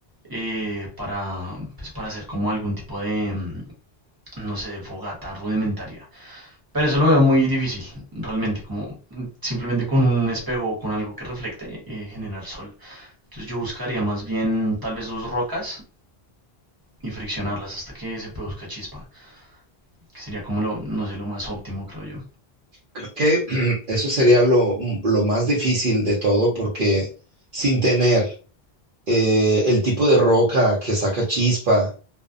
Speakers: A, on the right; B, on the right.
A: eh, para, pues, para hacer como algún tipo de, mm, no sé, de fogata rudimentaria. Pero eso lo veo muy difícil, realmente, como mm, simplemente con un espejo o con algo que reflecte, eh, generar sol. Entonces yo buscaría más bien tal vez dos rocas y friccionarlas hasta que se produzca chispa, que sería como lo, no sé, lo más óptimo, creo yo.
B: Creo que <clears throat> eso sería lo, lo más difícil de todo porque sin tener eh, el tipo de roca que saca chispa,